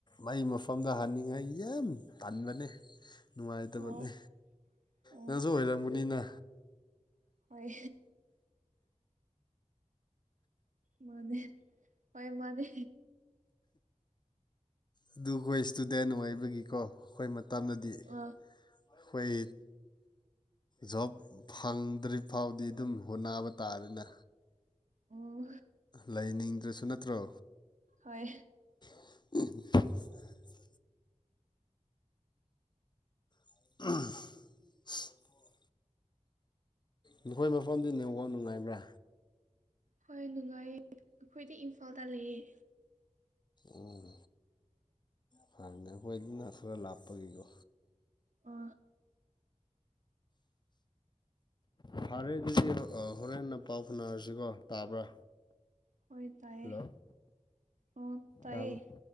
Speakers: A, on the left; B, on the right.
A: ꯑꯩꯩ ꯃꯐꯝꯗ ꯍꯅꯤꯡꯉꯥꯏ ꯌꯥꯝ ꯇꯟꯕꯅꯦ ꯅꯨꯡꯉꯥꯏꯇꯕꯅꯦ
B: ꯑꯣ ꯑꯣ
A: ꯅꯪꯁꯨ ꯑꯣꯏꯔꯝꯒꯅꯤꯅ
B: ꯍꯣꯏ ꯃꯥꯅꯤ ꯍꯣꯏ ꯃꯥꯅꯦ
A: ꯑꯗꯨ ꯑꯩꯈꯣꯏ ꯏꯁꯇꯨꯗꯦꯟ ꯑꯣꯏꯕꯒꯤꯀꯣ ꯑꯩꯈꯣꯏ ꯇꯥꯟꯅꯗꯤ ꯑꯩꯈꯣꯏ
B: ꯑ
A: ꯖꯣꯕ ꯐꯪꯗ꯭ꯔꯤ ꯐꯥꯎꯗꯤ ꯑꯗꯨꯝ ꯍꯣꯠꯅꯕ ꯇꯥꯗꯅ
B: ꯑꯣ
A: ꯂꯩꯅꯤꯡꯗ꯭ꯔꯁꯨ ꯅꯠꯇ꯭ꯔꯣ
B: ꯍꯣꯏ
A: <unintelligible> <unintelligible> ꯅꯈꯣꯏ ꯃꯐꯝꯗꯤ ꯅꯦꯡꯋꯥꯛ ꯅꯨꯡꯉꯥꯏꯕ꯭ꯔꯥ
B: ꯍꯣꯏ ꯅꯨꯡꯉꯥꯏꯌꯦ ꯑꯩꯈꯣꯏꯗꯤ ꯏꯝꯐꯥꯜꯗ ꯂꯩꯌꯦ
A: ꯎꯝ ꯐꯔꯅꯦ ꯑꯩꯈꯣꯏ ꯑꯗꯨꯅ ꯈꯔ ꯂꯥꯞꯄꯒꯤꯀꯣ
B: ꯑ
A: ꯐꯔꯦ ꯑꯗꯨꯗꯤ ꯍꯣꯔꯦꯟꯅ ꯄꯥꯎ ꯐꯥꯎꯅꯔꯁꯤꯀꯣ ꯇꯥꯕ꯭ꯔꯥ
B: ꯍꯣꯏ ꯇꯥꯏꯌꯦ
A: ꯍꯜꯂꯣ
B: ꯑꯣ ꯇꯥꯏꯌꯦ
A: ꯇꯥꯕ꯭ꯔꯥ